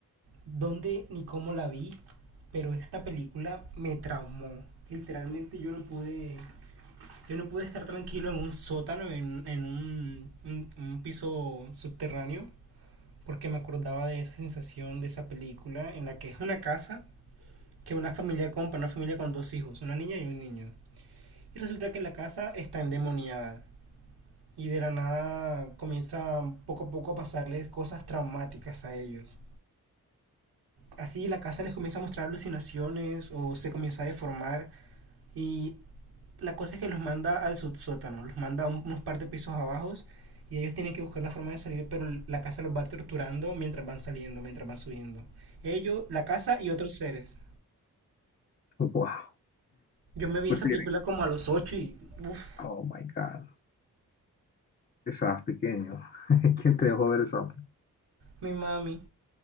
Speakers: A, on the right (about 80°); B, on the left (about 25°).
A: dónde ni cómo la vi, pero esta película me traumó. Literalmente yo no pude... Yo no pude estar tranquilo en un sótano, en, en un, un- un piso subterráneo, porque me acordaba de esa sensación de esa película en la que es una casa que una familia compra, una familia con dos hijos, una niña y un niño. Y resulta que la casa está endemoniada. Y de la nada comienza poco a poco a pasarles cosas traumáticas a ellos. Así la casa les comienza a mostrar alucinaciones o se comienza a deformar. Y la cosa es que los manda al subsótano, los manda unos par de pisos abajo. Y ellos tienen que buscar la forma de salir, pero la casa los va torturando mientras van saliendo, mientras van subiendo. Ellos, la casa y otros seres.
B: Wow.
A: Yo me vi
B: Pues
A: esa
B: te
A: película
B: diré,
A: como a los 8 y... Uff,
B: oh my God, estabas pequeño. <laughs> ¿Quién te dejó ver eso?
A: mi mami.